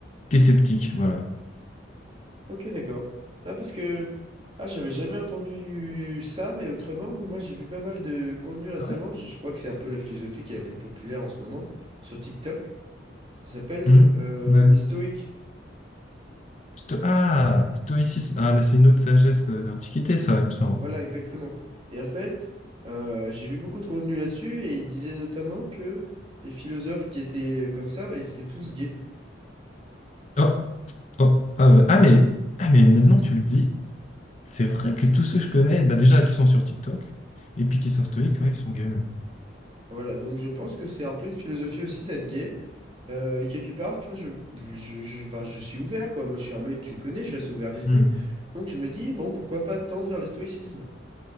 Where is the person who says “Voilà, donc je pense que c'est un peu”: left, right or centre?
Right